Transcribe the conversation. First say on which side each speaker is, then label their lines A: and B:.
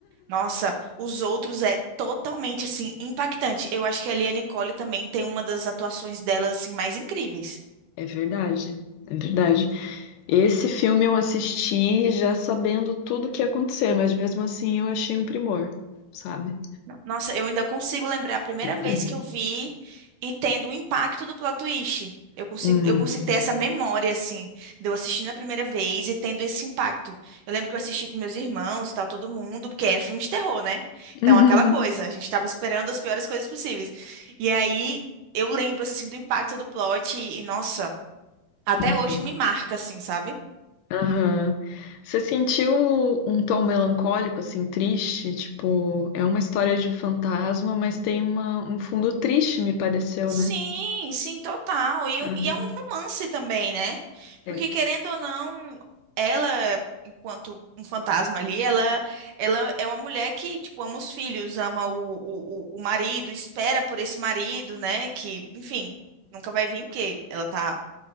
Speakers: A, on the right (about 75°); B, on the left (about 75°).
A: Nossa, Os Outros é totalmente, assim, impactante. Eu acho que ali a Nicole também tem uma das atuações dela, assim, mais incríveis.
B: É verdade, é verdade. Esse filme eu assisti já sabendo tudo o que ia acontecer, mas mesmo assim eu achei um primor, sabe?
A: Nossa, eu ainda consigo lembrar a primeira
B: Hum.
A: vez que eu vi e tendo o impacto do plot twist. Eu consigo,
B: Uhum.
A: eu consigo ter essa memória, assim, de eu assistindo a primeira vez e tendo esse impacto. Eu lembro que eu assisti com meus irmãos e tal, todo mundo, porque era filme de terror, né? Então,
B: Uhum.
A: aquela coisa, a gente tava esperando as piores coisas possíveis. E aí, eu lembro, assim, do impacto do plot e, nossa, até
B: Uhum.
A: hoje me marca, assim, sabe?
B: Aham. Você sentiu um tom melancólico, assim, triste? Tipo, é uma história de fantasma, mas tem uma, um fundo triste, me pareceu,
A: Sim,
B: né?
A: sim, total. E,
B: Aham.
A: um- e é um romance também, né?
B: É.
A: Porque querendo ou não, ela, enquanto um fantasma ali, ela, ela é uma mulher que, tipo, ama os filhos, ama o, o, o o marido, espera por esse marido, né? Que, enfim, nunca vai vir porque ela tá,